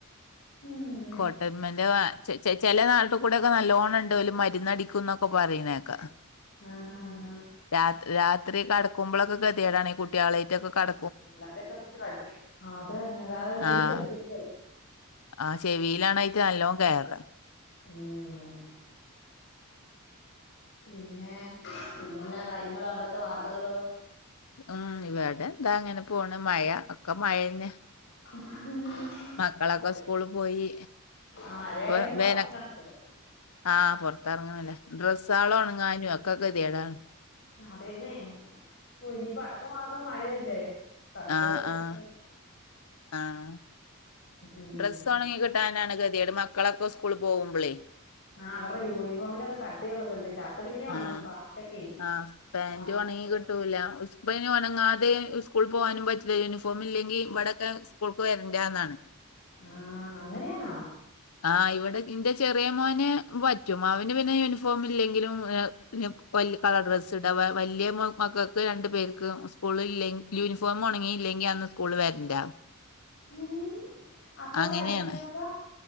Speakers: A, on the left; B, on the left.
A: ഉം
B: കോട്ടര്മ്മന്റെ വാ ചെ ചെ ചെല നാട്ട്കൂടെക്കെ നല്ലോണണ്ട് ഓല് മര്ന്നടിക്കും ന്നൊക്കെ പറിണേക്ക.
A: ആഹ് ഹാ ഹ
B: രാത് രാത്രി കടക്കുബ്ലൊക്കെ ഗത്യേടാണ് കുട്ട്യേളെയ്റ്റൊക്കെ കട
A: പിള്ളാരൊക്കെ പിടിച്ച് കടിക്യും ആ അതെന്നെ താഹ് ചെവിക്കേറും
B: ആഹ്
A: ചെവിക്കേറും
B: ആഹ് ചെവിലാണ് അയ്റ്റ നല്ലോം കേറാ.
A: ഉം പിന്നെ പിന്നെന്നാ കാര്യങ്ങള് അവ്ടത്തെ വാർത്തകള്.
B: ഉം ഇവടെന്താ അങ്ങനെപോണ് മയ ഒക്കെ മയെന്നെ.
A: <inaudible>
B: മക്കളൊക്കെ
A: അതെ
B: സ്കൂള് പോയി
A: ആഹ് മഴയായോണ്ട്
B: പ്പൊ
A: പൊറത്തിറങ്ങണ്ടല്ലോ
B: വേന ആഹ് പൊർത്തറങ്ങണല്ല ഡ്രസ്സാ ളോണ്ങ്ങാനൊക്കെ കെത്യേടാണ്.
A: അതെന്നെ ഓഹ് ഇനിയിപ്പോ അട്ത്ത മാസം മഴയല്ലേ. കടക്കിടകത്തിലും
B: ആഹ് ആഹ്
A: മഴല്ലേ
B: ആഹ്
A: ഉം
B: ഡ്രസ്സൊണങ്ങി കിട്ടാനാണ് കെത്യേട് മക്കളൊക്കെ സ്കൂള് പോവുമ്പളേ
A: ആഹ് അവർറെ യൂണിഫോമിനൊക്കെ കട്ടിയുള്ളതല്ലേ. ഷർട്ട് പിന്നെ ഉണങ്ങും
B: ആഹ്
A: പാന്റൊക്കെ
B: ആഹ് പാൻ്റൊണങ്ങി
A: പാന്റ് നിക്കും
B: കിട്ടൂല. സ് ഇപ്പ യ്ന് ഒണങ്ങാതെ സ്കൂൾ പോവാനും പറ്റില്ല യൂണിഫോംമില്ലെങ്കി ഇവടൊക്കെ സ്കൂൾക്ക് വെര്ണ്ടാന്നാണ്.
A: ആഹ് അങ്ങനെണോ
B: ആഹ് ഇവടെ ഇന്റെ ചെറ്യേ മോന് പറ്റും അവന്ന് പിന്നെ യൂണിഫോമില്ലെങ്കിലും <unintelligible> വല്ല്യ കളർ ഡ്രസ്സ് ഇടാ വാ വല്ല്യ മ മക്കക്ക് രണ്ട് പേർക്ക് കൂള് ഇല്ല യൂനിഫോം ഒണങ്ങിയില്ലെങ്കി അന്ന് സ്കൂൾ വെര്റ്റ
A: ഉം അപ്പൊ
B: അങ്ങനെയാണ്
A: പഠിപ്പിക്കണതാ